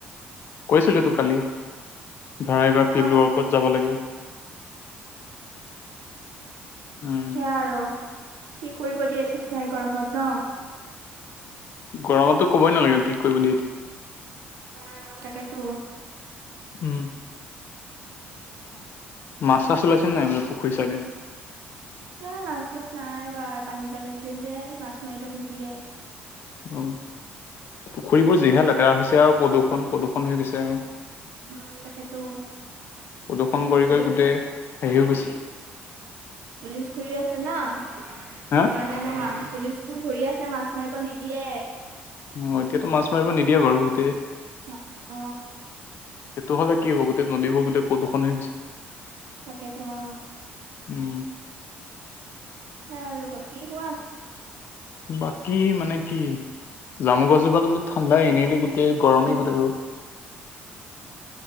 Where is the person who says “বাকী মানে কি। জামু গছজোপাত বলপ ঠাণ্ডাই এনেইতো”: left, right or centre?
Left